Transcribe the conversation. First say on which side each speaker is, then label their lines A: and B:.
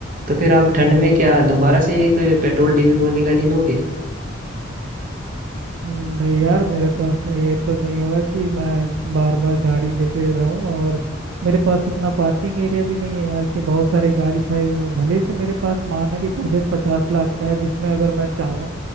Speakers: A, on the right (about 45°); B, on the right (about 70°).
A: तो फिर आप ठंड में क्या दोबारा से एक पेट्रोल डीजल वाली गाड़ी लोगे
B: नहीं यार मेरे पास ये तो नहीं होगा कि मैं बार बार गाड़ी लेते रहूं और मेरे पास उतना पार्किंग एरिया भी नहीं है यार कि बहुत सारी गाड़ी खरीद लूं। भले से मेरे पास मान है कि बजट पचास लाख का है जिसमें अगर मैं चाहूँ